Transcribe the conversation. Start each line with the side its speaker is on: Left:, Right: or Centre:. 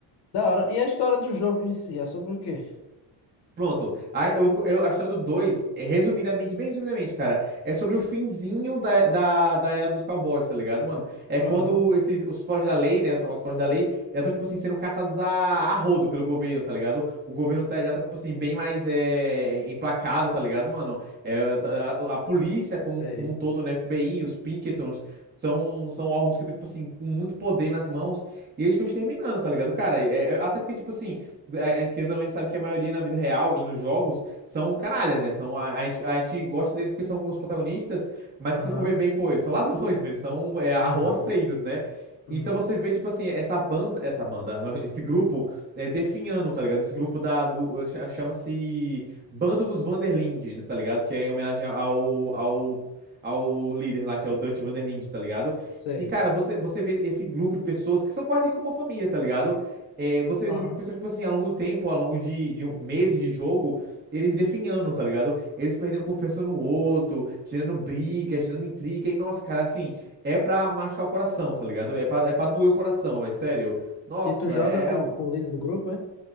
Left: Da hora. E a história do jogo em si, é sobre o quê?
Right: Pronto. A, eu, eu- a história do 2 é resumidamente, bem resumidamente, cara, é sobre o finzinho da, da, da era dos cowboys, tá ligado, mano? É
Left: Aham,
Right: quando esses, os foras da lei, né, os famosos foras da lei, já estão, tipo assim, sendo caçados a, a rodo pelo governo, tá ligado? O governo tá- já tá, tipo assim, bem mais é, emplacado, tá ligado, mano? É, tá- a, a polícia como,
Left: Sei.
Right: como um todo, né, FBI, os Pinkertons, são, são órgãos que estão, tipo assim, com muito poder nas mãos, e eles estão exterminando, tá ligado, cara? É, é- até porque, tipo assim é- é, querendo ou não, a gente sabe que a maioria na vida real e nos jogos são canalhas, né? São, a, a gente, a gente gosta deles porque são os protagonistas, mas
Left: aham,
Right: se você for ver bem, pô, eles são ladrões, né? Eles são é,
Left: Aham.
Right: arroaceiros, né?
Left: uhum,
Right: Então você vê, tipo assim, essa banda, essa banda, <laughs> esse grupo é, definhando, tá ligado? Esse grupo da, do, chama-se Bando dos Vanderlinde, né, tá ligado? Que é em homenagem ao, ao, ao líder lá, que é o Dutch Vanderlinde, tá ligado?
Left: Sei.
Right: E, cara, você, você vê esse grupo de pessoas que são quase como uma família, tá ligado? é, você vê
Left: aham.
Right: esse grupo de pessoas, tipo assim, ao longo do tempo, ao longo de, de um- meses de jogo, eles definhando, tá ligado? Eles perdendo confiança no outro, gerando briga, gerando intriga, e nossa, cara, assim, é pra machucar o coração, tá ligado? É pra, é pra doer o coração, velho, sério. Nossa,
Left: E tu joga
Right: é.
Left: com,
Right: é um
Left: com o líder do grupo, é?